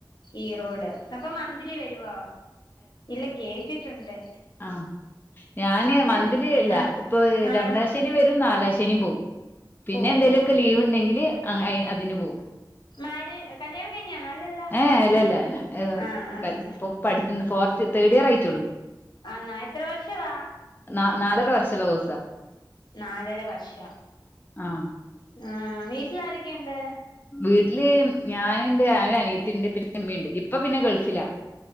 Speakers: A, on the left (about 70°); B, on the left (about 25°).
A: ഈറോഡ് അപ്പൊ മന്ത്ലി വരുവോ ഇല്ല കേട്ടിട്ടുണ്ട്
B: ആ ഞാന്
A: മന്തിൽ
B: മന്ത്ലി ഇല്ല
A: ആഹ്
B: ഇപ്പൊ
A: ആഹ്
B: രണ്ടാശനി വരും നാലാം ശനിം പോവും പിന്നെ
A: പോകും
B: എന്തേലോക്കെ ലീവ് ഇണ്ടെങ്കില് അയ് അതിന് പോവും
A: മാര് കല്യാണം കഴിഞ്ഞാണോ അല്ലല്ലോ
B: ഏ ഇല്ല ഇല്ല അങ്ങനെ
A: ആഹ് ആഹ്
B: <unintelligible> തേർഡ് ഇയർ ആയച്ചോളൂ
A: ആണാ എത്ര വർഷവാ
B: ന നാലര വർഷം ദോസാ
A: നാലര വർഷം
B: ആ
A: ആ വീട്ടിൽ ആാരൊക്കെയുണ്ട്
B: വീട്ടില് ഞാനുണ്ട് ആ അനീത്തിയുണ്ട് പിന്നെ എമ്മയുണ്ട് ഇപ്പൊ പിന്നെ ഗൾഫിലാ